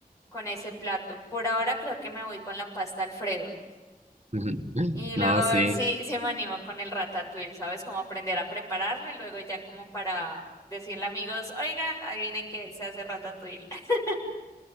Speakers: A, on the left; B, on the right.
A: con ese plato. Por ahora creo que me voy con la pasta Alfredo.
B: <laughs>
A: Y luego
B: No,
A: a
B: sí.
A: ver si, si me animo con el ratatouille, ¿sabes? Como aprender a prepararlo y luego ya como para decirle a amigos, oigan, adivinen que se hace ratatouille. <laughs>